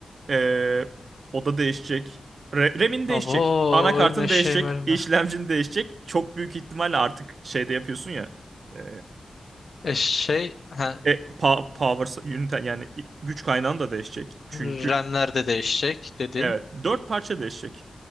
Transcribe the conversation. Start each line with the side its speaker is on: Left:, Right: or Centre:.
Right: e, o da değişecek. Re- RAM'in değişecek.
Left: Abo
Right: Anakartın
Left: ölme
Right: değişecek.
Left: şeyim ölme.
Right: işlemcin değişecek. Çok büyük ihtimalle artık şeyde yapıyorsun ya. E,
Left: E şey ha,
Right: E, pa- power unit yani güç kaynağın da değişecek. Çünkü
Left: RAM'ler de değişecek dedin.
Right: evet dört parça değişecek